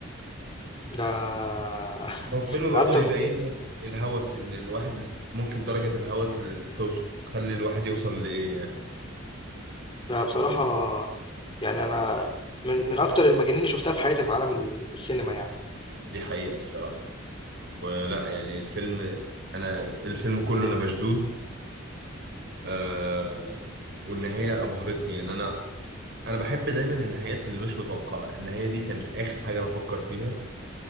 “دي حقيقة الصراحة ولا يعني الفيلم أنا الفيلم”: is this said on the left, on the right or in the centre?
Right